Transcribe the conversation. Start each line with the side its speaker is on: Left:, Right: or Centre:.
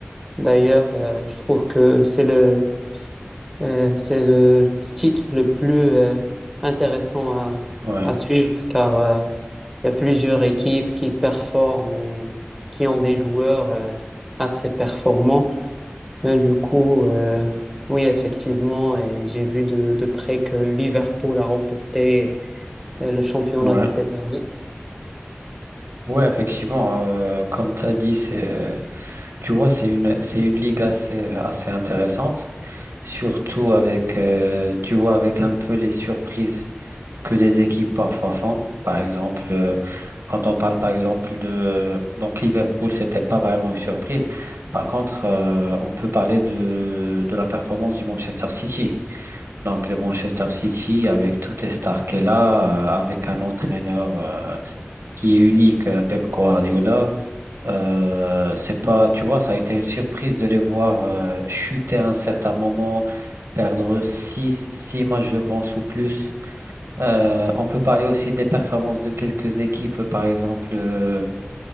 Centre: D'ailleurs, euh, je trouve que c'est le, euh, c'est le titre le plus euh, intéressant à,
Right: Ouais,
Centre: à suivre car euh, il y a plusieurs équipes qui performent et qui ont des joueurs euh, assez performants. Et du coup, euh, oui, effectivement, et j'ai vu de, de près que Liverpool a remporté euh, le championnat
Right: ouais.
Centre: de cette année.
Right: Ouais, effectivement, euh, comme tu as dit, c'est euh, Tu vois, c'est une, c'est une ligue assez, assez intéressante, surtout avec, euh, tu vois, avec un peu les surprises que des équipes parfois font. Par exemple, euh, quand on parle par exemple de... Donc Liverpool, c'était pas vraiment une surprise. Par contre, euh, on peut parler de, de la performance du Manchester City. Donc le Manchester City, avec toutes les stars qu'elle a, euh, avec un entraîneur euh, qui est unique, euh, Pep Guardiola. Euh, c'est pas, tu vois, ça a été une surprise de les voir euh, chuter à un certain moment, perdre six, six matchs, je pense, ou plus. Euh, on peut parler aussi des performances de quelques équipes, par exemple. euh,